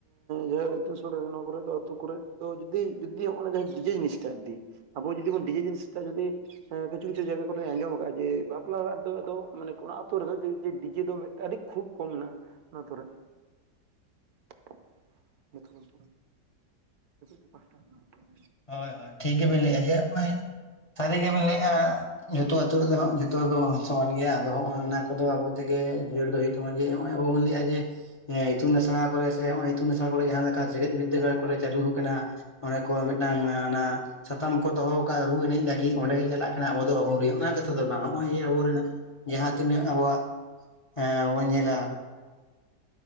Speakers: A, on the right (about 65°); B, on the left (about 35°).
A: ᱡᱟᱦᱟᱸ ᱤᱛᱩᱱ ᱟᱥᱲᱟ ᱱᱚᱣᱟ ᱠᱚᱨᱮᱫ ᱫᱚ ᱟᱹᱛᱩ ᱠᱚᱨᱮᱫ ᱫᱚ ᱡᱩᱫᱤ ᱡᱩᱫᱤ ᱱᱚᱜᱼᱚᱭ ᱡᱟᱦᱟᱸ ᱰᱤᱡᱮ ᱡᱤᱱᱤᱥ ᱴᱟᱜ ᱡᱩᱫᱤ ᱟᱵᱚ ᱡᱩᱫᱤ ᱵᱚᱱ ᱰᱤᱡᱮ ᱡᱤᱱᱤᱥ ᱴᱟᱜ ᱡᱩᱫᱤ ᱦᱮᱸ ᱠᱤᱪᱷᱩ ᱠᱤᱪᱷᱩ ᱡᱟᱭᱜᱟ ᱠᱚᱨᱮᱧ ᱟᱸᱡᱚᱢ ᱠᱟᱜᱼᱟ, ᱡᱮ ᱵᱟᱯᱞᱟ ᱚᱲᱟᱜ ᱨᱮᱫᱚ ᱟᱫᱚ ᱢᱟᱱᱮ ᱚᱱᱟ ᱟᱹᱛᱩ ᱨᱮᱫᱚ ᱡᱮ ᱡᱮ ᱰᱤᱡᱮ ᱫᱚ ᱢᱤᱫ ᱴᱟ ᱟᱹᱰᱤ ᱠᱷᱩᱵ ᱠᱚᱢ ᱢᱮᱱᱟᱜᱼᱟ ᱚᱱᱟ ᱟᱹᱛᱩ ᱨᱮ᱾ <unintelligible> ᱱᱤᱛᱚᱜ ᱫᱚ ᱯᱟᱥᱴᱟ <unintelligible>
B: ᱦᱳᱭ ᱦᱳᱭ ᱴᱷᱤᱠ ᱜᱮᱵᱤᱱ ᱞᱟᱹᱭᱮᱜᱼᱟ ᱡᱮ ᱦᱚᱸᱜᱼᱚᱭ ᱥᱟᱹᱨᱤᱜᱮᱢ ᱞᱟᱹᱭᱮᱜᱼᱟ, ᱡᱷᱚᱛᱚ ᱟᱛᱳ ᱨᱮᱫᱚ ᱦᱟᱸᱜ ᱡᱷᱚᱛᱚ ᱦᱚᱲ ᱫᱚ ᱵᱟᱵᱚᱱ ᱥᱚᱢᱟᱱ ᱜᱮᱭᱟ ᱟᱫᱚ ᱦᱚᱸᱜᱼᱚᱭ ᱚᱱᱟ ᱠᱚᱫᱚ ᱟᱵᱚ ᱛᱮᱜᱮ ᱡᱤᱭᱟᱹᱲ ᱫᱚ ᱦᱩᱭᱩᱜ ᱛᱟᱵᱚᱱᱟ, ᱡᱮ ᱱᱚᱜᱼᱚᱭ ᱟᱵᱚ ᱵᱚᱱ ᱞᱟᱹᱭᱮᱜᱼᱟ ᱡᱮ ᱤᱛᱩᱱ ᱟᱥᱲᱟ ᱠᱚᱨᱮ ᱥᱮ ᱤᱛᱩᱱ ᱟᱥᱲᱟ ᱠᱚᱨᱮ ᱡᱟᱦᱟᱸ ᱞᱮᱠᱟ ᱡᱮᱜᱮᱫ ᱵᱤᱫᱽᱟᱹᱜᱟᱲ ᱠᱚᱨᱮ ᱪᱟᱹᱞᱩ ᱠᱟᱱᱟ ᱚᱱᱟ ᱠᱚ ᱢᱤᱫᱴᱟᱝ ᱚᱱᱟ ᱥᱟᱛᱟᱢ ᱠᱚ ᱫᱚᱦᱚ ᱟᱠᱟᱫᱼᱟ ᱨᱩ ᱮᱱᱮᱡ ᱞᱟᱹᱜᱤᱫ ᱚᱸᱰᱮ ᱪᱟᱞᱟᱜ ᱠᱟᱱᱟ ᱟᱵᱚ ᱫᱚ ᱵᱟᱵᱚᱱ ᱨᱩᱭᱟ ᱚᱱᱟ ᱠᱟᱛᱷᱟ ᱫᱚ ᱵᱟᱝ ᱱᱚᱜᱼᱚᱭ ᱡᱮ ᱟᱵᱚ ᱨᱮᱱ ᱡᱟᱦᱟᱸ ᱛᱤᱱᱟᱹᱜ ᱟᱵᱚᱣᱟᱜ ᱦᱮᱸ ᱵᱚᱱ ᱧᱮᱞᱟ